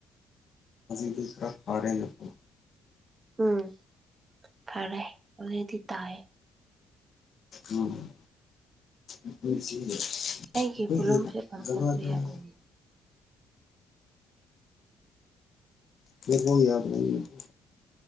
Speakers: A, on the left; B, on the right.
A: <inaudible>
B: ꯎꯝ ꯐꯔꯦ ꯍꯧꯖꯤꯛꯗꯤ ꯇꯥꯑꯦ꯫
A: ꯎꯝ <inaudible>
B: ꯑꯩꯒꯤ
A: ꯑꯩꯈꯣꯏꯒꯤ
B: ꯄꯨꯂꯨꯝꯁꯦ ꯄꯟꯈꯠꯄ
A: ꯖꯒꯥꯗ
B: ꯌꯥꯗꯣꯏꯅꯤ꯫
A: ꯅꯦꯠꯋꯥꯛ <inaudible>